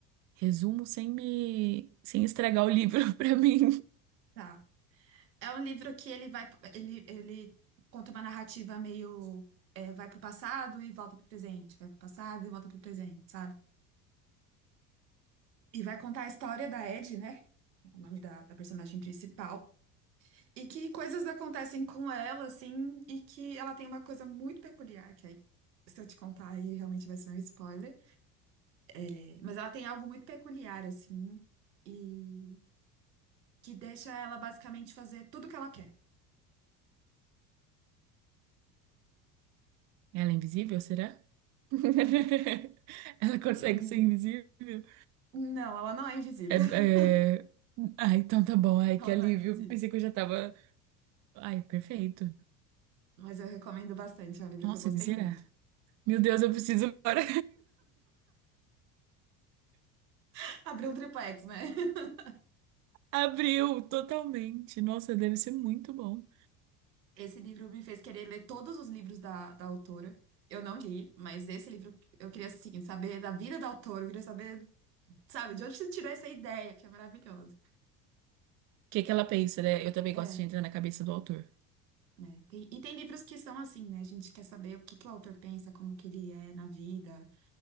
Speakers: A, on the right; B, on the right.
A: resumo sem me... sem estragar o livro <laughs> pra mim.
B: Tá. É um livro que ele vai, ele, ele conta uma narrativa meio, é, vai pro passado e volta pro presente, vai pro passado e volta pro presente, sabe? E vai contar a história da Ed, né? É O nome da da personagem principal E que coisas acontecem com ela, assim, e que ela tem uma coisa muito peculiar, que aí, se eu te contar, aí realmente vai ser um spoiler. É, Mas ela tem algo muito peculiar, assim, e que deixa ela basicamente fazer tudo o que ela quer.
A: Ela é invisível, será? <laughs> Ela
B: Hum,
A: consegue ser invisível?
B: não, ela não é invisível.
A: É, é...
B: <laughs>
A: Ah, então tá bom. Ai,
B: Ela
A: que alívio.
B: não é invisível.
A: Pensei que eu já tava. Ai, perfeito.
B: Mas eu recomendo bastante, é um livro
A: Nossa,
B: que eu gostei
A: que será?
B: muito.
A: Meu Deus, eu preciso agora.
B: <laughs> Abriu um triplex, né? <laughs>
A: <laughs> Abriu totalmente. Nossa, deve ser muito bom. O
B: Esse livro me fez querer ler todos os livros da, da autora. Eu não li, mas esse livro eu queria, assim, saber da vida da autora, eu queria saber Sabe, de onde você tirou essa ideia, que é maravilhoso.
A: que que ela pensa, né? Eu também
B: É,
A: gosto de entrar na cabeça do autor,
B: né? Tem- e tem livros que são assim, né? A gente quer saber o que que o autor pensa, como que ele é na vida,